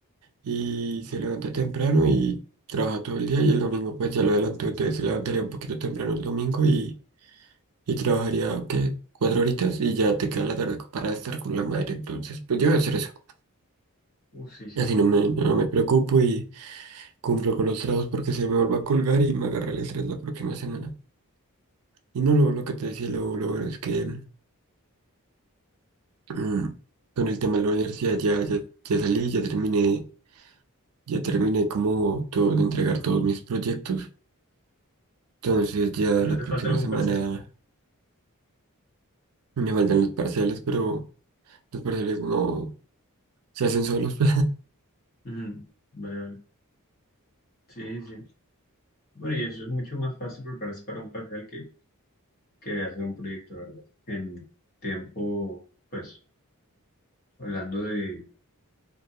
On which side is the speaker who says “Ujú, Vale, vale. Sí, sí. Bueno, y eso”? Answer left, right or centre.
Left